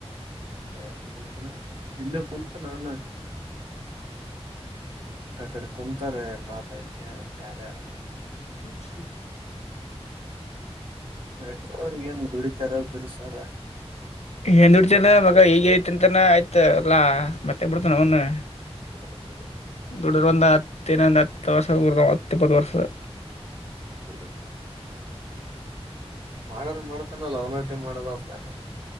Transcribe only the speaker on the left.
<unintelligible>
ಏನ್ದುಡಿತನ ಮಗ, ಹ ಈಗ ಐತಿ ಅಂತಾನ ಆಯ್ತ ಅಲ್ಲಾ ಮತ್ತೆ ಬಿಡ್ತಾನ ಅವನು.
ದುಡರ್ ಒಂದು ಹತ್ತಿನೊಂದು ಹತ್ತು ವರ್ಷದರ್ ಹತ್ತ ಇಪ್ಪತ್ತು ವರ್ಷದ.